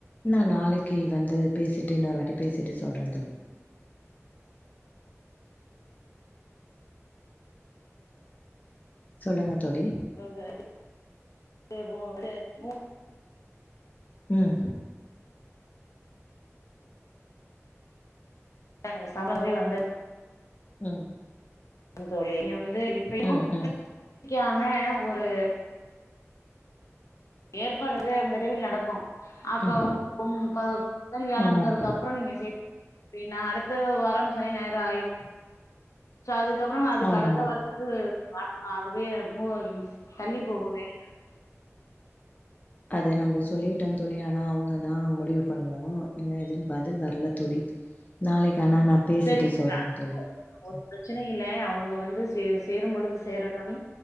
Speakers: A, on the left; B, on the left.
A: நா நாளக்கு வந்து பேசிட்டு இன்னொரு வாட்டி பேசிட்டு சொல்றே தோழி சொல்லுங்க தோழி
B: <unintelligible> அது மு
A: உம்
B: ஆ சம்மர் போய் வந்து
A: ம்
B: தோழி நீ வந்து இப்பயு
A: ம் ம்
B: <inaudible> க்யான ஒரு ஏற்பாடுக மெட் விரைவில் நடக்கும் அப்ப
A: ம்
B: உம் ப புதன் வியாழனுக்கப்பறம்
A: ஆமாம்
B: நீங்க சேக்க ப்டீனா அடுத் அடுத்த வாரம் சனி ஞாயிறு ஆயிடும் சோ அதுக்கப்புறம் அதுக்கு
A: ஆமா
B: அடுத்த வாரத்துக்கு பா அது போய் மு தள்ளி போகும் வேலைகள்
A: அது நம்ம சொல்லிட்டோம் தோழி ஆனா அவங்க தா முடிவு பண்ணும் இன்னும் எதுவும் பதில் வரல தோழி நாளைக்கு ஆனா நா பேசிட்டு
B: சரி
A: சொல்றே
B: அது
A: தோழி
B: ஒன்னு ஒரு பிரச்சன இல்ல அவங்க வந்து சே சேரும் பொழுது சேரட்டும்